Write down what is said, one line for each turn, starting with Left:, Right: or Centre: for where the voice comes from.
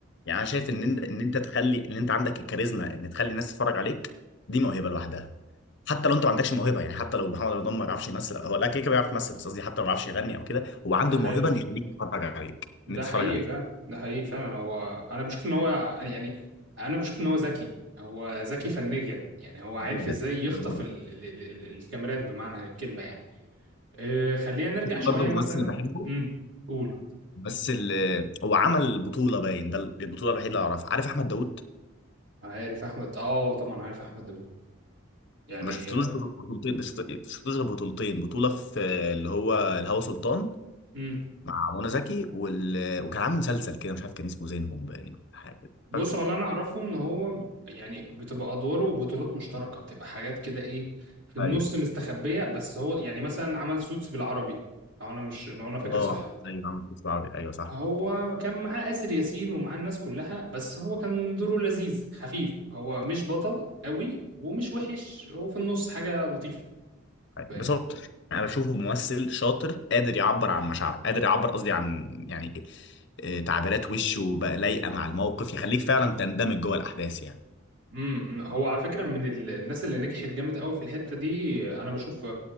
Left: يعني انا شايف ان انت ان انت تخلي ان انت عندك الكاريزما ان تخلي الناس تتفرج عليك دي موهبه لوحدها حتى لو انت ما عندكش موهبه يعني حتى لو محمد رمضان ما بيعرفش يمثل هو لا كده كده بيعرف يمثل بس قصدي حتى لو ما بيعرفش يغني او كده هو عنده
Right: ده حقيقي
Left: الموهبه ان يخليك تتفرج عليك
Right: ده
Left: ان تتفرج
Right: حقيقي
Left: عليه
Right: فعلا ده حقيقي فعلا هو انا بشوف ان هو يعني انا بشوف ان هو ذكي هو ذكي فنيا يعني هو عارف
Left: جدا
Right: ازاي يخطف
Left: جدا
Right: ال ال ال ال الكاميرات بمعنى الكلمه يعني أه خلينا نرجع شويه
Left: برضه
Right: مثلا
Left: ممثل بحبه
Right: امم قول
Left: بس ال- هو عمل بطولة باين ده البطولة الوحيدة اللي أعرفها عارف أحمد داوود
Right: عارف احمد اه طبعا عارف احمد داوود يعني
Left: ما شفتلوش بطولتين ما شفت- شفتلوش غير بطولتين بطولة في اللي هو الهوى سلطان
Right: امم
Left: مع منى زكي وال... وكان عامل مسلسل كده مش عارف كان اسمه زينهم باين ولا حاجة كده
Right: بص
Left: فاكره؟
Right: هو اللي انا اعرفه ان هو يعني بتبقى ادواره وبطولات مشتركه بتبقى حاجات كده ايه في النص
Left: ايوه
Right: مستخبيه بس هو يعني مثلا عمل سوتس بالعربي لو انا مش لو انا فاكر
Left: اه
Right: صح
Left: ايوه عامل مسلسل عربي ايوه صح
Right: هو كان معاه آسر ياسين ومعاه الناس كلها بس هو كان دوره لذيذ خفيف هو مش بطل قوي ومش وحش هو في النص حاجة لطيفة فاهم
Left: بصراحة انا بشوفه ممثل شاطر قادر يعبر عن مشاعره قادر يعبر قصدي عن يعني آه، تعبيرات وشه بقى لايقه مع الموقف يخليك فعلا تندمج جوه الاحداث يعني
Right: امم هو على فكرة من ال- الناس اللي نجحت جامد قوي في الحتة دي انا بشوف